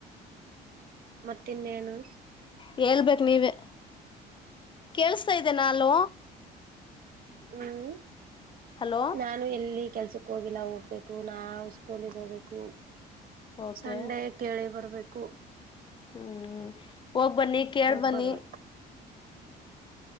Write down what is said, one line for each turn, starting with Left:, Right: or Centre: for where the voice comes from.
Right: ಮತ್ತ ಇನ್ನೇನು
Left: ಹೇಳ್ಬೇಕ ನೀವ ಕೇಳ್ಸ್ತಾ ಇದ್ದೆ ನಾನು
Right: ಹ್ಮ್
Left: ಹಲೋ
Right: ನಾನು ಎಲ್ಲಿ ಕೆಲ್ಸಕ್ ಹೋಗಿಲ್ಲ ಹೋಗ್ಬೇಕು ನಾವು ಸ್ಕೂಲಿಗೆ ಹೋಗ್ಬೇಕು
Left: ಓಕೆ
Right: ಸಂಡೆ ಕೇಳಿ ಬರ್ ಬು
Left: ಹ್ಮ್ ಹೋಗ್ಬನ್ನಿ ಕೇಳ್
Right: ಹೋಗ್
Left: ಬನ್ನಿ
Right: ಬರ್ಬೇಕು